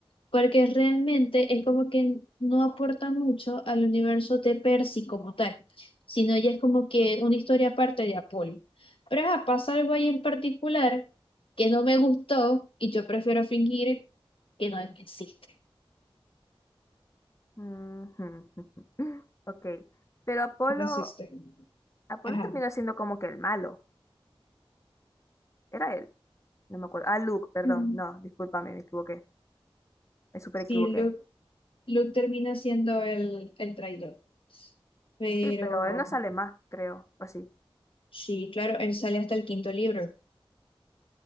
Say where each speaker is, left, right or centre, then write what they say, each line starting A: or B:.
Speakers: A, on the left (about 65°); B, on the left (about 30°).
A: Porque realmente es como que no aporta mucho al universo de Percy como tal, sino ya es como que una historia aparte de Apolo. Pero ajá, pasa algo ahí en particular que no me gustó y yo prefiero fingir que no existe.
B: Ujú, Ok. Pero Apolo,
A: Que no existe.
B: Apolo
A: Ajá.
B: terminó siendo como que el malo. Era él. No me acuerdo. Ah, Luke, perdón.
A: Mm.
B: No, discúlpame, me equivoqué. Me súper
A: Sí,
B: equivoqué.
A: Luke, Luke termina siendo el, el traidor. Pero.
B: Sí, pero él no sale más, creo. O sí.
A: Sí, claro, él sale hasta el quinto libro.